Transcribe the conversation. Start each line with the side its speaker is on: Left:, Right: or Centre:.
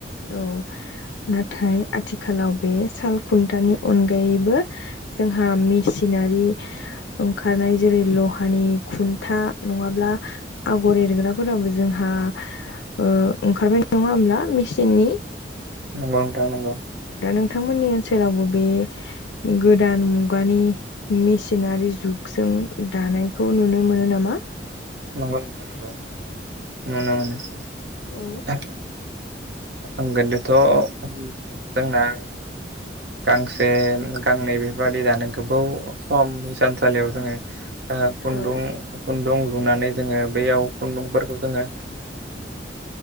Left: औ नाथाय आथिखालाव बे साल खुन्थानि अनगायैबो। जोंहा मेसिनारि ओंखारनाय जेरै लहानि खुन्था नङाब्ला। आगर एरग्राफोराबो जोंहा ओ ओंखारबाय नङा होमब्ला मिसि <unintelligible>
Right: नंगौ नोंथां नंगौ
Left: दा नोंथांमोननि ओनसोलावबो बे गोदान मुगानि मेसिनारि जुग जों दानायखौ नुनो मोनो नामा।
Right: नंगौथां नंगौ नुनो मोनो <inaudible>
Left: औ
Right: आंगोनदोथ' जोंना। गांसे गांनै बेफोरबादि दानो गोबाव सम हिसानलियाव जोङो खुन्दुं
Left: औ
Right: खुन्दुं रुनानै जोङो बैयाव खुन्दुंफोरखौ जोङो